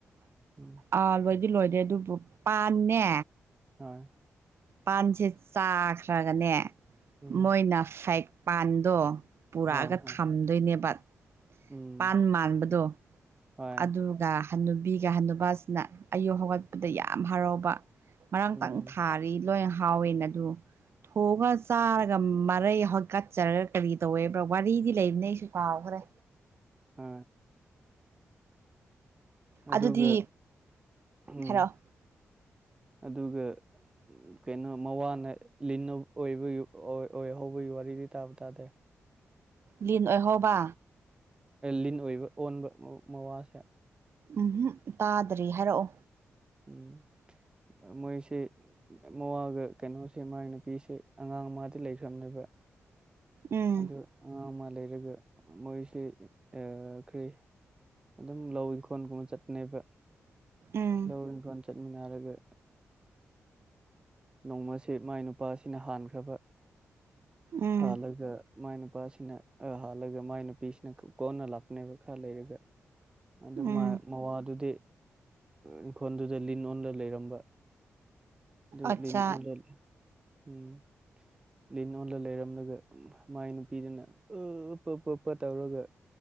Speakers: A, on the right; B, on the right.
A: <unintelligible>
B: ꯑꯥ ꯂꯣꯏꯗꯤ ꯂꯣꯏꯗꯦ ꯑꯗꯨꯕꯨ ꯄꯥꯟꯅꯦ
A: <unintelligible>
B: ꯄꯥꯟꯁꯦ ꯆꯥꯈ꯭ꯔꯒꯅꯦ
A: ꯎꯝ
B: ꯃꯣꯏꯅ ꯐꯦꯛ ꯄꯥꯟꯗꯣ ꯄꯨꯔꯛ
A: ꯍꯣꯏ
B: ꯑꯒ
A: ꯍꯣꯏ
B: ꯊꯝꯗꯣꯏꯅꯦꯕ
A: ꯎꯝ
B: ꯄꯥꯟ ꯃꯥꯟꯕꯗꯣ
A: ꯍꯣꯏ
B: ꯑꯗꯨꯒ ꯍꯟꯅꯨꯕꯤꯒ ꯍꯟꯅꯨꯕꯥꯒꯥ ꯁꯤꯅ ꯑꯌꯨꯛ ꯍꯧꯒꯠꯄꯗ ꯌꯥꯝ ꯍꯔꯥꯎꯕ ꯉꯔꯥꯡꯇꯪ
A: ꯎꯝ
B: ꯊꯥꯔꯤ ꯂꯣꯏ ꯍꯥꯎꯋꯦꯅ ꯑꯗꯨ ꯊꯣꯡꯉ ‌ ꯆꯥꯔꯒ ꯃꯔꯩ ꯍꯀꯠꯆꯔꯒ ꯀꯔꯤ ꯇꯧꯋꯦꯕ꯭ꯔꯥ ꯋꯥꯔꯤꯗꯤ ꯂꯩꯕꯅꯦ ꯑꯩꯁꯨ ꯀꯥꯎꯈ꯭ꯔꯦ
A: ꯑ ꯑꯗꯨꯒ
B: ꯑꯗꯨꯗꯤ
A: ꯎꯝ
B: ꯍꯥꯏꯔꯛꯑꯣ
A: ꯑꯗꯨꯒ ꯀꯩꯅꯣ ꯃꯋꯥꯅ ꯂꯤꯟ ꯑꯣꯏꯕꯒꯤ ꯑꯣꯏꯍꯧꯕꯒꯤ ꯋꯥꯔꯤꯗꯤ ꯇꯥꯕ ꯇꯥꯗꯦ
B: ꯂꯤꯟ ꯑꯣꯏꯍꯧꯕ
A: ꯂꯤꯟ ꯑꯣꯏꯕ ꯑꯣꯟꯕ ꯃꯋꯥꯁꯦ
B: ꯎꯝꯍꯨꯝ ꯇꯥꯗ꯭ꯔꯤ ꯍꯥꯏꯔꯛꯑꯣ
A: ꯎꯝ ꯃꯣꯏꯁꯦ ꯃꯋꯥꯒ ꯀꯩꯅꯣꯁꯦ ꯃꯥꯏ ꯅꯨꯄꯤꯁꯦ ꯑꯉꯥꯡ ꯃꯥꯗꯤ ꯂꯩꯈ꯭ꯔꯝꯅꯦꯕ
B: ꯎꯝ
A: ꯑꯉꯥꯡ ꯑꯃ ꯂꯩꯔꯒ ꯃꯣꯏꯁꯦ ꯀꯔꯤ ꯑꯗꯨꯝ ꯂꯧ ꯏꯪꯈꯣꯜꯒꯨꯝꯕ ꯆꯠꯄꯅꯦꯕ
B: ꯎꯝ
A: ꯂꯧ ꯏꯪꯈꯣꯜ ꯆꯠꯃꯤꯟꯅꯔꯒ ꯅꯣꯡꯃꯁꯦ ꯃꯥꯏ ꯅꯨꯄꯥꯁꯤꯅ ꯍꯥꯟꯈ꯭ꯔꯕ
B: ꯎꯝ
A: ꯍꯥꯜꯂꯒ ꯃꯥꯏ ꯅꯨꯄꯥꯁꯤꯅ ꯍꯥꯜꯂꯒ ꯃꯥꯏ ꯅꯨꯄꯤꯁꯤꯅ ꯀꯣꯟꯅ ꯂꯥꯛꯄꯅꯦꯕ ꯈꯔ ꯂꯩꯔꯒ ꯑꯗꯨ
B: ꯎꯝ
A: ꯃꯥꯏ ꯃꯋꯥꯗꯨꯗꯤ ꯏꯪꯈꯣꯜꯗꯨꯗ ꯂꯤꯟ ꯑꯣꯟꯂ ꯂꯩꯔꯝꯕ ꯑꯗꯨ
B: ꯑꯠꯆꯥ
A: ꯂꯤꯟ ꯑꯣꯟꯂꯦ ꯎꯝ ꯂꯤꯟ ꯑꯣꯜꯂ ꯂꯩꯔꯝꯂꯒ ꯃꯥꯏ ꯅꯨꯄꯤꯗꯨꯅ ꯑ ꯄꯥ ꯄꯥ ꯇꯧꯔꯒ